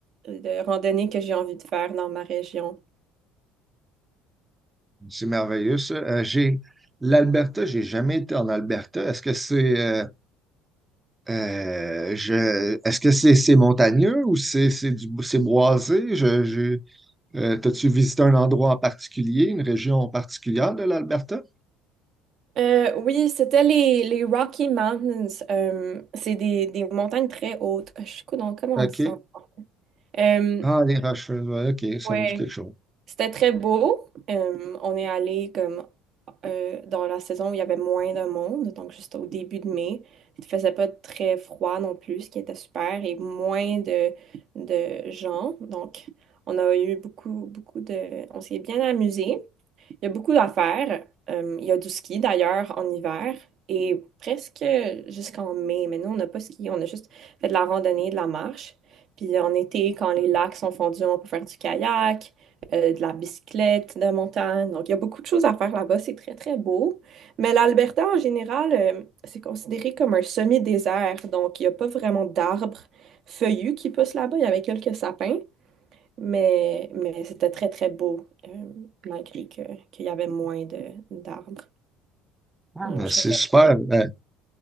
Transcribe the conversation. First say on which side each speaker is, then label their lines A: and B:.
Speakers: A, on the right; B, on the right.
A: de randonnées que j'ai envie de faire dans ma région.
B: C'est merveilleux, ça. Euh, j'ai l'Alberta, j'ai jamais été en Alberta. Est-ce que c'est euh, euh, je est-ce que c'est c'est montagneux ou c'est c'est du c'est boisé? Je, je- euh, t'as-tu visité un endroit en particulier, une région en particulière de l'Alberta?
A: Euh, oui, c'était les, les Rocky Mountains. Euh, c'est des, des montagnes très hautes. Je suis donc comment
B: OK.
A: on dit ça? Euh,
B: Ah, les Rocheuses, ouais, ok, ça
A: ouais.
B: me dit quelque chose.
A: C'était très beau. Euh, on est allé comme euh, dans la saison où il y avait moins de monde, donc juste au début de mai. Il faisait pas très froid non plus, ce qui était super, et moins de, de gens. Donc, on a eu beaucoup, beaucoup de... On s'est bien amusé. Il y a beaucoup à faire. Euh, il y a du ski d'ailleurs en hiver et presque jusqu'en mai. Mais nous, on n'a pas ski, on a juste fait de la randonnée, de la marche. Puis en été, quand les lacs sont fondus, on peut faire du kayak, euh, de la bicyclette de montagne. Donc, il y a beaucoup de choses à faire là-bas. C'est très, très beau. Mais l'Alberta, en général, euh, c'est considéré comme un semi-désert. Donc, il n'y a pas vraiment d'arbres feuillus qui poussent là-bas. Il y avait quelques sapins. Mais, mais c'était très, très beau, euh, malgré que, qu'il y avait moins de, d'arbres.
B: Ah,
A: Donc,
B: ben,
A: je
B: c'est
A: recommande.
B: super, euh,